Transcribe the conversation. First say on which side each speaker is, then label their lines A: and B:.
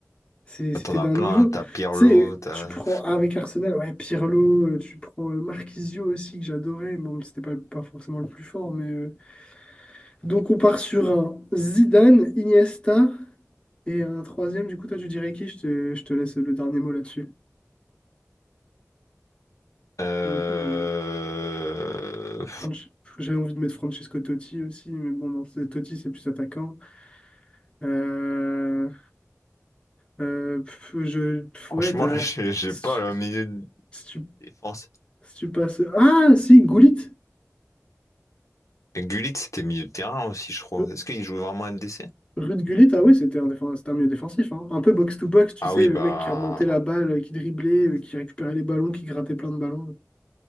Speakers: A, on the left; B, on the left.
A: c'est- c'était
B: T'en as
A: d'un
B: plein.
A: niveau.
B: hein. T'as
A: Tu
B: Pirlo,
A: sais,
B: t'as.
A: tu prends ah, avec Arsenal, ouais, Pirlo, euh, tu prends euh, Marquisio aussi que j'adorais. Bon, c'était pas, pas forcément le plus fort, mais. euh, donc on part sur un Zidane, Iniesta. Et un troisième, du coup, toi, tu dirais qui? Je te, je te laisse le dernier mot là-dessus.
B: Euh...
A: Mhm. Franch- J'avais envie de mettre Francesco Totti aussi, mais bon, non, c'est- Totti, c'est plus attaquant. Euh, euh, pff, je, pff,
B: Franchement,
A: ouais, t'as-
B: là, <laughs> j'ai j'ai
A: si
B: pas
A: tu,
B: le milieu de
A: si tu-
B: défense.
A: si tu passes... Ah, si, Gullit.
B: Et Gullit, c'était milieu de terrain aussi, je crois.
A: Euh,
B: Est-ce qu'il joue vraiment MDC?
A: Ruud Gullit, ah ouais, c'était un, défense, c'était un milieu défensif. hein. Un peu box-to-box, tu
B: Ah
A: sais,
B: oui,
A: le
B: bah.
A: mec qui remontait la balle, euh, qui driblait, euh, qui récupérait les ballons, qui grattait plein de ballons.